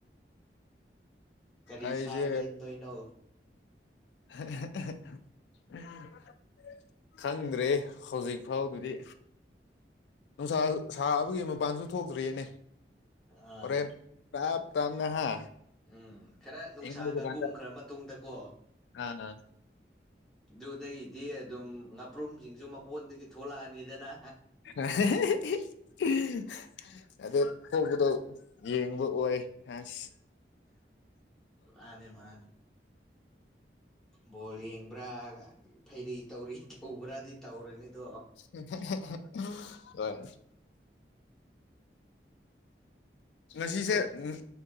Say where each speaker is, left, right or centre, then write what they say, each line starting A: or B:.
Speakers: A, in the centre; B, on the left.
A: ꯀꯔꯤ
B: ꯑꯩꯁꯦ
A: ꯁꯥ ꯂꯦꯟꯗꯣꯏꯅꯣ
B: <unintelligible> ꯈꯪꯗ꯭ꯔꯦ ꯍꯧꯖꯤꯛ ꯐꯥꯎꯗꯨꯗꯤ ꯅꯨꯡꯁꯥ ꯁꯥꯕꯒꯤ ꯃꯄꯥꯟꯁꯨ ꯊꯣꯛꯇ꯭ꯔꯤꯅꯦ
A: ꯑꯥ
B: ꯍꯣꯔꯦꯟ ꯇꯥꯞ ꯇꯥꯟꯅ ꯍꯥ
A: ꯎꯝ ꯈꯔ ꯅꯨꯡꯁꯥꯒ
B: ꯏꯪꯍꯧꯕ ꯀꯥꯟꯗ
A: ꯀꯨꯝꯈ꯭ꯔ ꯃꯇꯨꯡꯗꯀꯣ
B: ꯑꯥ
A: ꯗꯨꯗꯩꯗꯤ ꯑꯗꯨꯝ ꯉꯥꯄ꯭ꯔꯨꯝꯖꯤꯡꯖꯨ ꯃꯀꯣꯟꯗꯒꯤ ꯊꯣꯛꯂꯛꯑꯅꯤꯗꯅ
B: <unintelligible> ꯑꯗꯨ ꯊ‌ꯣꯛꯄꯗ‌ꯣ ꯌꯦꯡꯕ ꯑꯣꯏ ꯍꯁ
A: ꯃꯥꯅꯦ ꯃꯥꯅꯦ ꯕꯣꯜ ꯌꯦꯡꯕ꯭ꯔꯥꯒ ꯐꯩꯔꯤ ꯇꯧꯔꯤ ꯇꯧꯕ꯭ꯔꯥꯗꯤ ꯇꯧꯔꯅꯤꯗꯣ
B: <unintelligible> ꯍꯣꯏ ꯉꯁꯤꯁꯦ
A: ꯕ꯭ꯔꯣ
B: ꯎꯝ